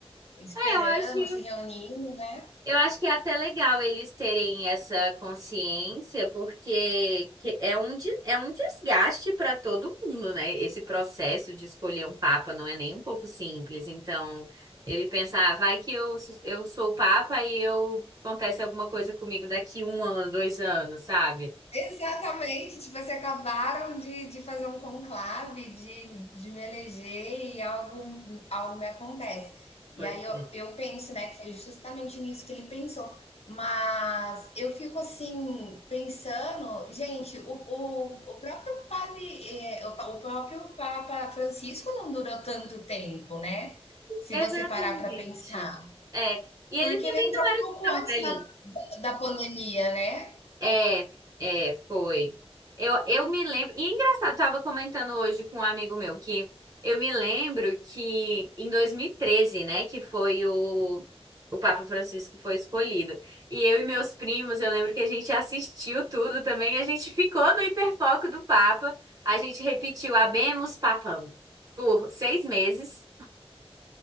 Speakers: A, on the left; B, on the right.
A: esperando,
B: É, eu acho.
A: se reunindo, né?
B: Eu acho que é até legal eles terem essa consciência, porque que- é um, de- é um desgaste para todo mundo, né? Esse processo de escolher um papa não é nem um pouco simples. Então, ele pensa, ah, vai que eu, su- eu sou o papa e eu acontece alguma coisa comigo daqui um ano, dois anos, sabe?
A: Exatamente, tipo, assim, acabaram de, de fazer um conclave, de, de me eleger e algo, algo me acontece. E
B: Pois
A: aí eu,
B: é.
A: eu penso, né, que foi justamente nisso que ele pensou. Mas eu fico assim, pensando, gente, o, o, o próprio padre, eh, o, pa- o próprio Papa Francisco não durou tanto tempo, né? Se
B: Exatamente.
A: você parar para pensar.
B: É. E
A: Porque
B: ele também
A: ele entrou
B: não
A: um
B: era
A: pouco
B: tão
A: antes
B: velhinho.
A: da, da pandemia, né?
B: É, é, foi. Eu, eu me lembro. E é engraçado, tava comentando hoje com um amigo meu que eu me lembro que em 2013, né, que foi o, o Papa Francisco foi escolhido. E eu e meus primos, eu lembro que a gente assistiu tudo também, a gente ficou no hiperfoco do Papa, a gente repetiu Habemus Papam por seis meses,